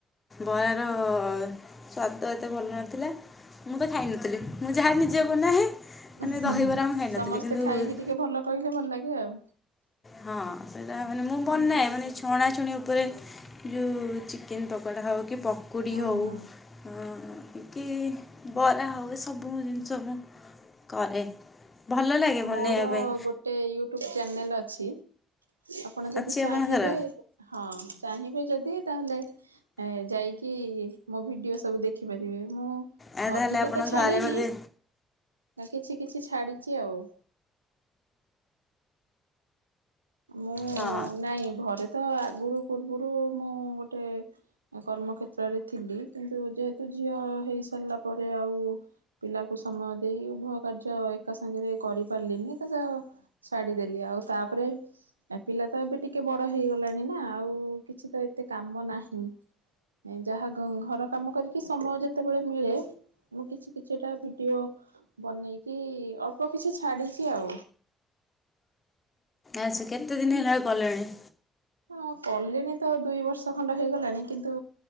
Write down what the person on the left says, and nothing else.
ବରାର ସ୍ଵାଦ ଏତେ ଭଲ ନଥିଲା। ମୁଁ ତ ଖାଇ ନଥିଲି। ମୁଁ ଯାହା ନିଜେ ବନାଏ ମାନେ
ଦହିବରା
ମୁଁ ଖାଇନଥିଲି
କିନ୍ତୁ
ହଁ ସେଇଟା ମାନେ ମୁଁ ବନାଏ ମାନେ ଛଣା ଛୁଣି ଉପରେ ଯୋ ଚିକେନ ପକୋଡା ହୋଉ କି ପକୁଡି
ହୋଉ
ହଁ କି ବରା ହୋଉ ସବୁ ଜିନିଷ ମୁଁ କରେ। ଭଲ ଲାଗେ ବନେଇବା
ପାଇଁ
ଅଛି
ଆପଣଙ୍କର?
ଆଉ ତାହେଲେ
ଆପଣ
ଘରେ ବୋଧେ
ହଁ
ଆଚ୍ଛା କେତେ ଦିନ ହେଲା ଆଉ କଲେଣି?